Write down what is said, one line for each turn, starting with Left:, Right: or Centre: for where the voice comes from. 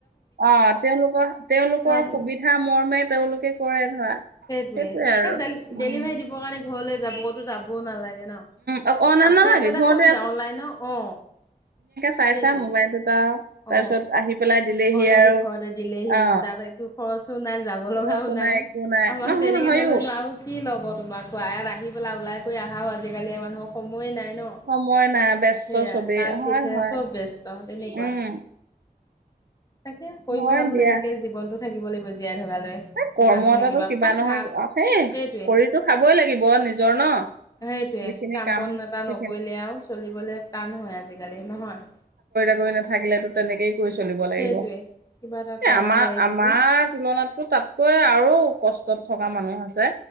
Right: অ তেওঁলোকৰ তেওঁলোকৰ
Left: কাৰণ
Right: সুবিধা মৰ্মে তেওঁলোকে কৰে ধৰা
Left: সেইটোয়ে
Right: সেইটোৱে আৰু
Left: হে ডে
Right: উম
Left: ডেলিভাৰী দিবৰ কাৰণে ঘৰলৈ যাব কতো যাবও নালাগে। ন
Right: উম অনা নালাগে
Left: সেইটো এটা
Right: ঘৰতে
Left: সুবিধা অনলাইনৰ অ
Right: চাইছা
Left: সেইটোৱে
Right: মোবাইলটোত আৰু তাৰপিছত
Left: অ
Right: আহি পেলাই দিলেহি
Left: অৰ্ডাৰ
Right: আৰু
Left: দি ঘৰতে দিলেহি
Right: অ
Left: তাৰপৰা একো খৰচও নাই যাব
Right: খোৱা
Left: লগাও নাই
Right: একো নাই
Left: আমাৰ
Right: নহয়
Left: তেনেকে
Right: হয়ো
Left: নলয়নো আৰু কি লব তোমাৰ কোৱা ইয়াত আহি পেলাই ওলাই কৈ আহাও আজিকালি মানুহক সময়ে নাই। ন
Right: সময় নাই ব্যস্ত
Left: সেয়া
Right: চবেই
Left: কাঠ
Right: হয়
Left: চিতহে
Right: হয়
Left: চব ব্যস্ত তেনেকুৱা
Right: উম
Left: তাকে কৰিব
Right: হয়
Left: পেলা বো
Right: দিয়া
Left: এনেকে জীৱনটোত থাকিব লাগিব জীয়াই থকালৈ।
Right: এ
Left: কিবা
Right: কৰ্ম
Left: নহয়
Right: এটাতো
Left: কিবা তাত
Right: নহয়
Left: ভাল
Right: অ সেই
Left: সেইটোৱে
Right: কৰিতো খাবই লাগিব নিজৰ ন
Left: সেইটোৱে
Right: যিখিনি
Left: কাম বন এটা
Right: সেইখিনি
Left: নকৰিলে আও চলিবলে টান হয় আজিকালি নহয়।
Right: ৰি নাথাকিলে তো তেনেকেই কৰি চলিব লাগিব
Left: সেইটোৱে কিবা এটা কৰা
Right: এ আমাৰ
Left: হৈ
Right: আমাৰ
Left: থাকে
Right: তুলনাত কতা কৈ আৰু কষ্টত থকা মানুহ আছে